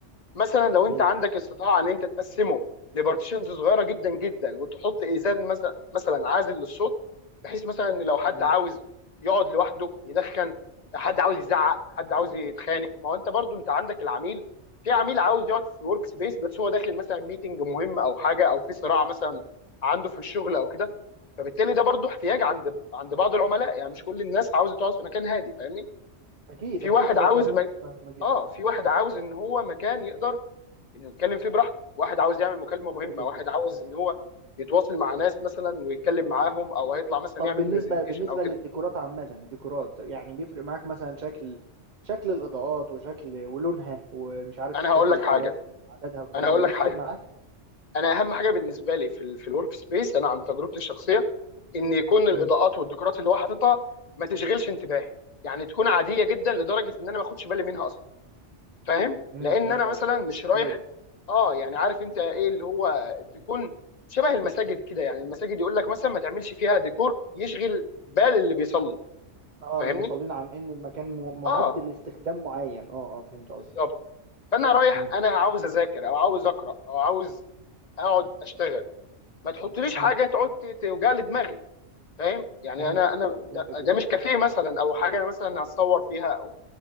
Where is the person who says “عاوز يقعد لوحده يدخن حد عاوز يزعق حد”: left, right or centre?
Left